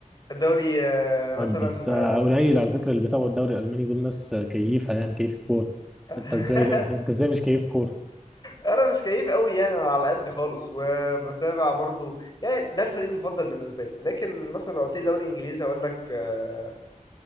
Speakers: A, on the left; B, in the centre.
A: الدوري آه،
B: ودي
A: مثلا
B: فقليل
A: آه، إيه؟
B: على فكره اللي بيتابعوا الدوري الالماني دول ناس كيفه يعني كيف كوره
A: <laughs>
B: انت ازاي انت ازاي مش كيف كوره
A: انا مش كيف قوي يعني انا على قد خالص وبتابع برضو يعني ده الفريق المفضل بالنسبه لي لكن مثلا لو قلت لي دوري انجليزي هقول لك آه،